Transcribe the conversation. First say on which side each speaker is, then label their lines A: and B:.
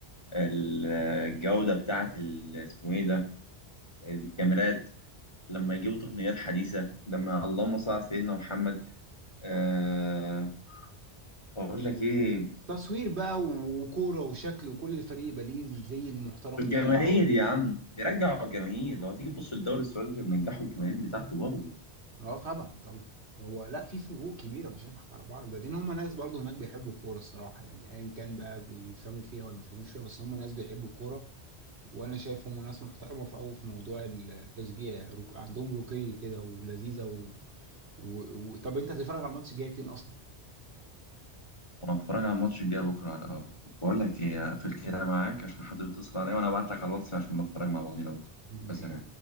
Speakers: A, on the left; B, on the right.
A: ال- الجودة بتاعة ال- اسمه إيه ده الكاميرات لما يجيبوا تقنيات حديثة لما اللهم صل على سيدنا محمد آه، أقول لك إيه
B: تصوير بقى و- وكوره وشكل وكل الفريق يبقى ليه الزي المحترم
A: الجماهير
B: بتاعه و-
A: يا عم يرجعوا الجماهير لو هتيجي تبص للدوري السعودي اللي منجحه الجماهير بتاعته برضه
B: اه طبعا طبعا هو لا في فروق كبيره مش هنضحك على بعض بعدين هم ناس برضو هناك بيحبوا الكوره الصراحه يعني ايا كان بقى بيفهموا فيها ولا ما بيفهموش فيها بس هم ناس بيحبوا الكوره وانا شايفهم ناس محترمه في قوي في موضوع التشجيع رك... عندهم رقي كده ولذيذه و... و... و... طب انت هتتفرج على الماتش الجاي فين اصلا
A: وانا بتفرج على الماتش الجاي بكره على القهوه بقول لك ايه هقفل كده معاك عشان حد بيتصل عليا وانا ابعت لك على الواتس عشان نتفرج مع بعضينا بكره
B: ماشي
A: بس